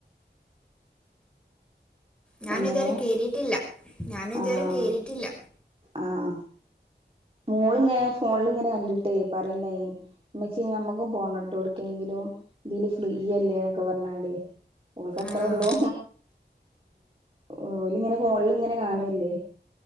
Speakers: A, in the centre; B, on the right.
A: ഞാനിതുവരെ
B: എങ്ങനെ
A: കേറിട്ടില്ല ഞാനിതുവരെ
B: ആഹ്
A: കേറിട്ടില്ല.
B: ആഹ് മോള് ഇങ്ങനെ ഫോണിൽ ഇങ്ങനെ കണ്ടിട്ടേ പറയ്ണ്ടായിനി. മ്മച്ചി നമ്മുക്കും പോണട്ടോ എവുടുക്കെങ്കിലും ഇതില് ഫ്രീയല്ലേ എന്നൊക്കെ പറഞ്ഞാണ്ട്. ഓൽക്ക് അത്രേ
A: ആഹ്
B: ഉള്ളൂ ഓല് ഇങ്ങനെ ഫോണിൽ ഇങ്ങനെ കാണൂല്ലേ